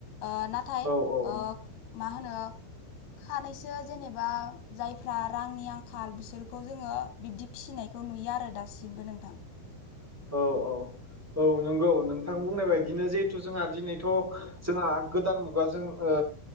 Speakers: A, on the left (about 80°); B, in the centre.
A: ओ-नाथाय
B: औ औ
A: ओ
B: औ
A: मा होनो। खानैसो जेनेबा जायफ्रा रांनि आंखाल बिसोरखौ जोंङो। बिब्दि फिसिनायखौ नुयो आरो दासिमबो नोंथां।
B: औ औ औ नंगौ नोंथां बुंनाय बायदिनो जिहेथु जोंहा दिनैथ जोंहा गोदान मुगाजों ओ